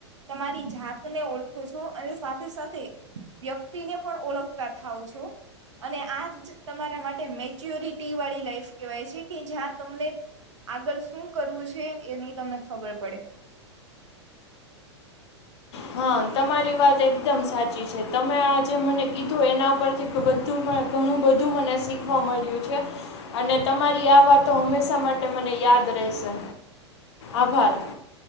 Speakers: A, on the right; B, on the left.
A: તમારી જાતને ઓળખો છો અને સાથે સાથે વ્યક્તિને પણ ઓળખતા થાવ છો અને આજ તમારા માટે મેચ્યોરિટી વાળી લાઇફ કવાય છે. કે જ્યાં તમને આગળ શું કરવું છે? એની તમને ખબર પડે.
B: હા તમારી વાત એકદમ સાચી છે. તમે આજે મને કીધું એના પરથી બધું ઘણું બધું મને શીખવા મળ્યું છે. અને તમારી આ વાત તો હંમેશા માટે મને યાદ રહેશે. આભાર.